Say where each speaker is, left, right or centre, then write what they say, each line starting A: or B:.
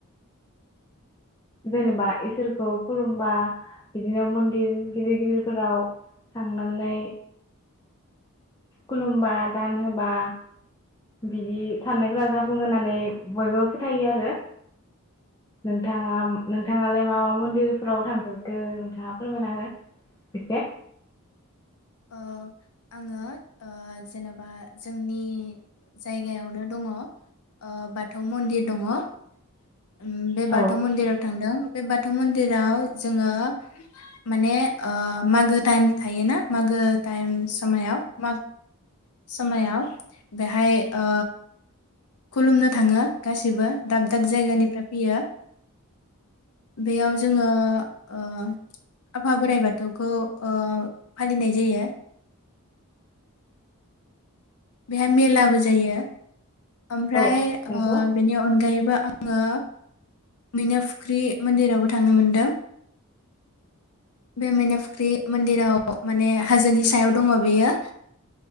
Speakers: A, on the left (about 15°); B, on the left (about 75°).
A: जेनेबा इसोरखौ खुलुमबा बिदिनो मन्दिर गिदिर गिदिरफोराव थांनानै खुलुमबा दान होबा। बिदि साननायफ्रा जाफुंङो होननानै बयबो फोथायो आरो नोंथाङा नोंथाङालाय
B: औ
A: मा मा मन्दिरफोराव थांफेर खो नोंथाङा फोरमायना हो एसे
B: ओ आङो ओ जेनेबा जोंनि जायगायावनो दङो ओ बाथौ मन्दिर दङो । उम बे बाथौ
A: औ
B: मन्दिराव थांदों। बे बाथौ मन्दिराव जोङो माने ओ मागो टाइम थायोना। मागो टाइम समायाव माग समायाव बेहाय ओ खुलुमनो थाङो गासिबो दाब दाब जायगानिफ्राय फैयो बेयाव जोङो ओ आफा बोराइ बाथौखौ ओ फालिनाय जायो। बेहाय मेलाबो जायो। ओमफ्राय
A: औ नंगौ
B: ओ बेनि अनगायैबो आङो मैना फुख्रि मोन्दिरावबो थांनो मोनदों। बे मैना फुख्रि मोन्दिराव माने हाजोनि सायाव दङो बेयो।